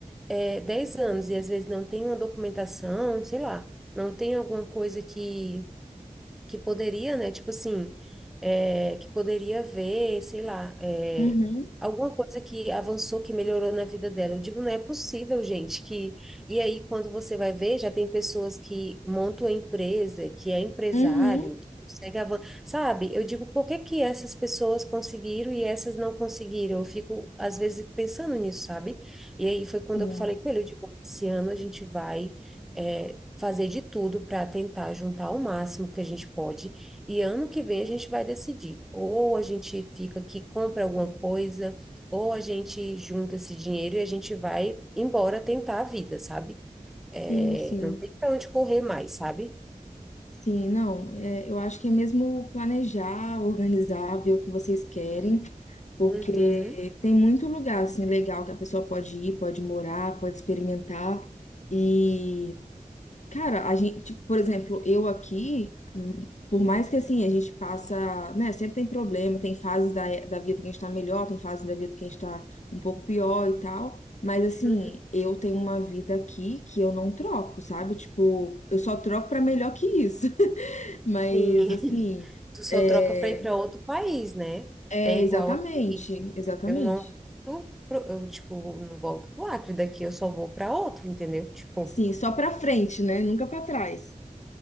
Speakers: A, in the centre; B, on the left.
A: é, 10 anos e às vezes não tem uma documentação, sei lá, não tem alguma coisa que que poderia, né? Tipo assim, é, que poderia ver, sei lá, é,
B: Uhum.
A: alguma coisa que avançou, que melhorou na vida dela. Eu digo, não é possível, gente, que... E aí, quando você vai ver, já tem pessoas que montam a empresa, que é empresário,
B: Uhum.
A: que consegue avançar. Sabe? Eu digo, por que que essas pessoas conseguiram e essas não conseguiram? Eu fico, às vezes, pensando nisso, sabe? E aí foi quando
B: Sim,
A: eu falei com ele, eu digo, esse ano a gente vai... eh, fazer de tudo para tentar juntar o máximo que a gente pode. E ano que vem a gente vai decidir. Ou a gente fica aqui, compra alguma coisa, ou a gente junta esse dinheiro e a gente vai embora tentar a vida, sabe? É,
B: sim, sim.
A: não tem para onde correr mais, sabe?
B: Sim, não, é, eu acho que é mesmo planejar, organizar, ver o que vocês querem porque
A: Uhum,
B: tem muito lugar assim legal que a pessoa pode ir, pode morar, pode experimentar. E, cara, a gente, tipo, por exemplo, eu aqui, hum, por mais que assim a gente passa, né, sempre tem problema, tem fases da, da vida que a gente tá melhor, tem fases da vida que a gente tá um pouco pior e tal. Mas assim,
A: uhum,
B: eu tenho uma vida aqui que eu não troco, sabe? Tipo, eu só troco pra melhor que isso. <laughs> Mas
A: sim.
B: assim,
A: <laughs> Tu só
B: é,
A: troca para ir para outro país, né?
B: é
A: É igual
B: exatamente,
A: aqui. tipo,
B: exatamente.
A: Eu não volto pro, eu, tipo, não volto pro Acre daqui, eu só vou para outro, entendeu? Tipo,
B: Sim, só pra frente, né? Nunca pra trás.